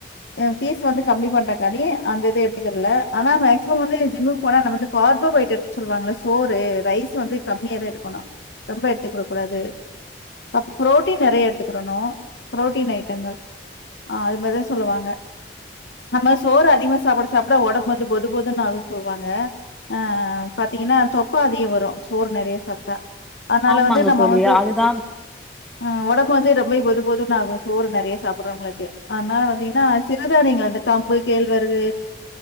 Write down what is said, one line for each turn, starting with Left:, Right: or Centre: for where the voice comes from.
Left: ஏ ஃபீஸ் வந்து கம்மி பண்றக்கானி அந்த இது எடுத்துக்கிறல்ல ஆனா மேக்ஸிமம் வந்து ஜிம் போனா நம்ம வந்து கார்போஹைட்ரேட்ன்னு சொல்லுவாங்கள சோறு ரைஸ் வந்து கம்மியாதா எடுக்கணும் ரொம்ப எடுத்துக்க கூடாது அப்போ புரோட்டீன் நறையா எடுத்துக்கிறணும் புரோட்டீன் ஐட்டங்கள் ஆ அது மாரிதா சொல்லுவாங்க நம்ம சோறு அதிகம் சாப்ட சாப்ட ஒடம்பு வந்து பொது பொதுன்னு ஆகுன் சொல்வாங்க ஆ பாத்தீங்கன்னா தொப்பலா அதிகம் வரும் சோறு நிறைய சாப்பிட்டா அதனால
Centre: ஆமாங்க
Left: வந்து நம்ம
Centre: தோழி
Left: வந்து
Centre: அதுதான்
Left: ஆ உடம்பு வந்து ரொம்ப பொது பொதும்னுஆகும் சோறு நிறைய சாப்பிடுறவங்களுக்கு அதனால வந்தீங்கன்னா சிறுதானியங்கள வந்து கம்பு கேழ்வரகு